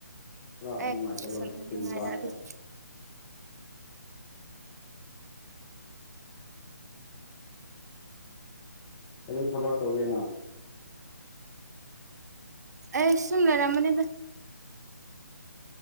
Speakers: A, on the left; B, on the right.
A: ꯈꯔ
B: ꯑꯦ
A: ꯅꯨꯡꯉꯥꯏꯇꯕ ꯂꯥꯛꯄꯒꯤ ꯋꯥꯅꯤꯗ
B: ꯌꯥ ꯑꯗꯨꯗꯤ
A: ꯀꯔꯤꯏ ꯊꯕꯛ ꯇꯧꯒꯦꯅꯣ
B: ꯑꯦ ꯁꯨꯝꯅꯔꯥꯃꯅꯦꯗ